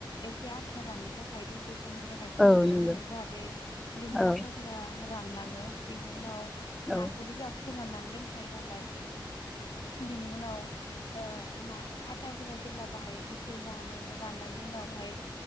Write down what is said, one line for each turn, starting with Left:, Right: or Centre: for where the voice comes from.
Left: एसे आथा रानो थाखाय दसे समनि थाखाय फोराननानै
Centre: औ नंगौ
Left: दोनो जाहाथे बिनि
Centre: औ
Left: आथाफोरा रानलाङो बिनि उनाव
Centre: औ
Left: नाखौथ' जोंहा फोराननानै दोनखायो नालाय बिनि उनाव ओ ना आथाफोरा जेब्ला बाहाय एसे रानो राननायनि उनावहाय